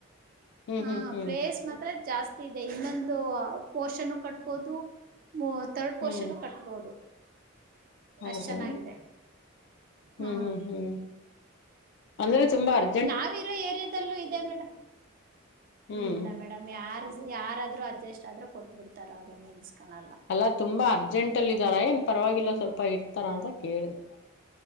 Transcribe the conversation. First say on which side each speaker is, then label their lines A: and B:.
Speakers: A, on the left; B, on the right.
A: ಹ್ಮ್
B: ಹಾ
A: ಹ್ಮ್ ಹ್ಮ್
B: ಪ್ಲೇಸ್ ಮಾತ್ರ ಜಾಸ್ತಿ ಇದೆ ಇನ್ನೊಂದು ಪೋರ್ಷನ್ ಕಟ್ಬೋದು. ಮೊ ತರ್ಡ್ ಪೋರ್ಷನ್ನು
A: ಹ್ಮ್
B: ಕಟ್ಬೊದು.
A: ಹೌದಾ
B: ಅಷ್ಟ್ ಚೆನ್ನಾಗಿದೆ
A: ಹ್ಮ್
B: ಹಾ.
A: ಹ್ಮ್ ಹ್ಮ್ ಅಂದ್ರೆ ತುಂಬ ಅರ್
B: ನಾವಿರೋ ಏರಿಯಾದಲ್ಲೂ ಇದೆ ಮೇಡ,
A: ಹ್ಮ್
B: ಇಲ್ಲ ಮೇ ಡಮ್ ಯಾರ್ ಯಾರಾದ್ರರು ಅಡ್ಜಸ್ಟ್ ಆದ್ರೂ ಕೊಟ್ ಬಿಡ್ತಾರ ಅವ್ರೇನ್ ನಿಲ್ಸ್ಕಳಲ್ಲ.
A: ಅಲ್ಲ ತುಂಬಾ ಅರ್ಜೆಂಟ್ ಅಲ್ ಇದಾರ ಏನ್ ಪರವಾಗಿಲ್ಲ ಸ್ವಲ್ಪ ಇರ್ತಾರ ಅಂತ ಕೇಳ್ದೆ.